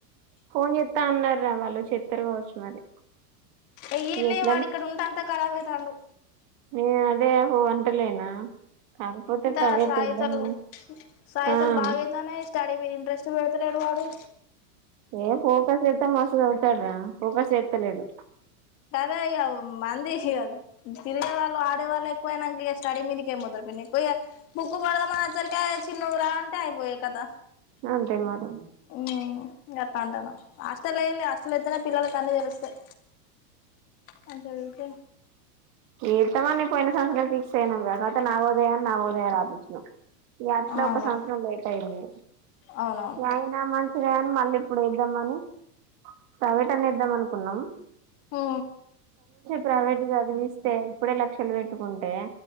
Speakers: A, on the right; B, on the left.
A: ఫోన్ చెత్తా అన్నారు రా వాళ్ళు చెత్తారు కావచ్చు మరి
B: ఎయ్యిళ్ళు
A: ఎట్లా
B: వాడు ఇక్కడ ఉంటే అంత ఖరాబ్ అయితాండు.
A: ఉమ్ అదే ఓహో అంటలేనా కాకపోతే
B: అంత
A: ప్రైవేట్
B: సాయితలు
A: ఏద్దామని
B: సాయితలు
A: ఆ
B: బాగా అయితన్నాయి. స్టడీ మీద ఇంట్రెస్ట్ వేడుతలేడు వాడు
A: ఏ ఫోకస్ ఎత్తే మస్ చవుతాడ రా ఫోకస్ ఎత్తలేడు.
B: అదే ఇగ మంది తిన్న వాళ్ళు ఆడేవాళ్ళు ఎక్కువైనంక ఇగ స్టడీ మీదికేం ఏం పోతరు పిన్ని పోయ్ బుక్ పడదమని వచ్చేసరికి చిన్నూ రా అంటే అయి పోయే కథ
A: అంతే మరి
B: ఉమ్ గట్టంటన్నా హస్ అంత లేదులే హాస్టల్ ఎత్తనే పిల్లలకు అన్ని తెలుస్తాయి. మంచిగా చూసి
A: ఎత్తమని పోయిన సంవత్సరం ఫిక్స్ అయినం తర్వాత నాలుగో వత్తదాని నవోదయా రాపిచ్చినం ఇగ అట్ల ఒక
B: అవునా
A: సంవత్సరం లేట్ అయింది.
B: అవునవును
A: ఇగ ఆగినా మన్ రే అని మళ్ళీ ఇప్పుడు ఏద్దామని ప్రైవేట్ అన్న ఏద్దాం అనుకున్నాము.
B: ఓ..
A: ప్రైవేట్ చదివిస్తే ఇప్పుడే లక్షలు పెట్టుకుంటే